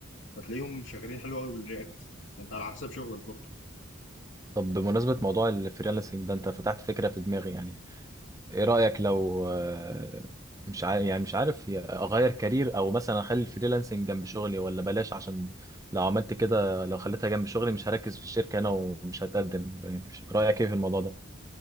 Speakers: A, on the left (about 80°); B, on the right (about 15°).
A: فتلاقيهم شغالين حلو قوي بالرياكت فانت على حسب شغلك برضه
B: طب بمناسبة موضوع الفريلانسنج ده انت فتحت فكرة في دماغي يعني ايه رأيك لو آه، مش عارف يعني مش عارف هي- اغير كارير او مثلا اخلي الفريلانسنج جنب شغلي ولا بلاش عشان لو عملت كده لو خليتها جنب شغلي مش هركز في الشركة انا ومش هتقدم يعني مش- رأيك ايه في الموضوع ده